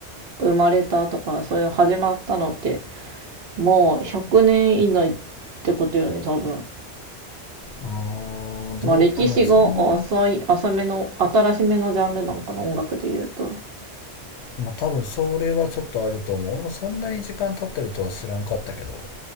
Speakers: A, on the right (about 65°); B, on the left (about 75°).
A: 生まれたとか、そういう始まったのって、もう100年以内ってことよね、多分。
B: あーどうなんだろうそんなに
A: まあ歴史が浅い、浅めの、新しめのジャンルなんかな、音楽で言うと。
B: まあ多分それはちょっとあると思う俺もそんなに時間経ってるとは知らんかったけど